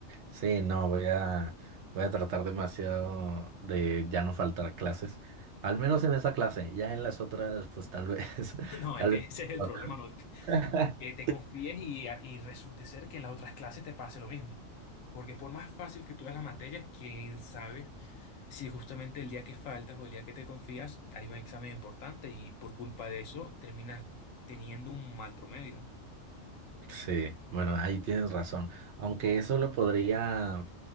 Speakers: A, on the right; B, on the left.
A: sí, no, voy a, voy a tratar demasiado de ya no faltar clases. Al menos en esa clase, ya en las otras, pues tal vez, <laughs>
B: <laughs> No,
A: tal
B: es que
A: vez.
B: ese es el
A: no.
B: problema, no,
A: <laughs>
B: que te confíes y, y resulte ser que en las otras clases te pase lo mismo. Porque por más fácil que tú veas la materia, quién sabe si justamente el día que faltas o el día que te confías hay un examen importante y por culpa de eso terminas teniendo un mal promedio.
A: Sí, bueno, ahí tienes razón. Aunque eso lo podría,